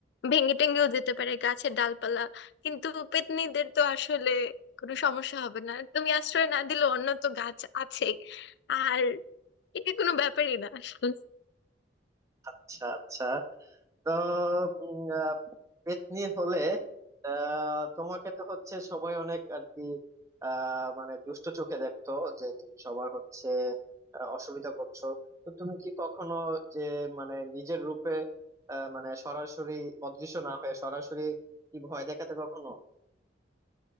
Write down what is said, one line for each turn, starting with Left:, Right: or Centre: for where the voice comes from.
Left: ভেঙে টেঙ্গেও যেতে পারে গাছের ডালপালা কিন্তু পেত্নীদের তো আসলে কোনো সমস্যা হবে না তুমি আশ্রয় না দিলে অন্য তো গাছ আছেই আর এটা কোনো ব্যাপারই না আসলে
Right: আচ্ছা আচ্ছা তো উম, আহ, পেত্নী হলে আহ, তোমাকে তো হচ্ছে সবাই অনেক আর কি আহ, মানে দুষ্ট চোখে দেখতো যে তুমি সবার হচ্ছে আহ, অসুবিধা করছো তো তুমি কি কখনো যে মানে নিজের রূপে আহ, মানে সরাসরি অদৃশ্য না হয়ে সরাসরি কি ভয় দেখাতে কখনো